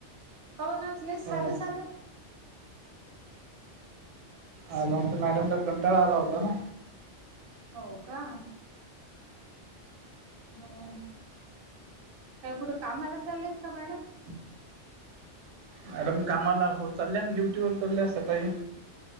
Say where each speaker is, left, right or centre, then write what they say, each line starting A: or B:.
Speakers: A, on the right; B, on the right.
A: कौ नासलेस
B: हो
A: साधं साधं.
B: आज आमचा मॅडमला कंटाळा आला होता ना.
A: हो का. हम् काय कुठे कामाला चाललेत का मॅडम.
B: मॅडम कामाला हो चालल्या ना डुटीवर चाल सकाळी.